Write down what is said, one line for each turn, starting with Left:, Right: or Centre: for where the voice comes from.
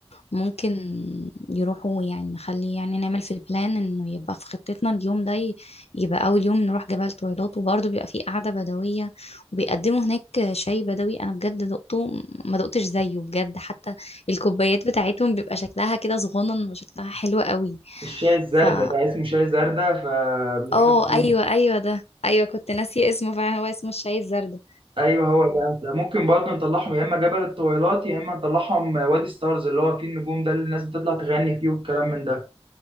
Left: ممكن يروحوا يعني نخلي يعني نعمل في البلان انه يبقى في خطتنا اليوم ده ي- يبقى اول يوم نروح جبل طويلات وبرضه بيبقى فيه قعدة بدوية وبيقدموا هناك شاي بدوي انا بجد دقته ما دقتش زيه بجد حتى الكوبايات بتاعتهم بيبقى شكلها كده صغنن وشكلها حلو قوي
Right: الشاي الزردة
Left: فا
Right: ده اسمه شاي زردة فبيحبوه
Left: اه ايوه ايوه ده ايوه كنت ناسيه اسمه فعلا هو اسمه الشاي الزرد
Right: ايوه هو ده ده ممكن برضه نطلعهم يا اما جبل الطويلات يا اما نطلعهم وادي ستارز اللي هو فيه النجوم ده اللي الناس بتطلع تغني فيه والكلام من ده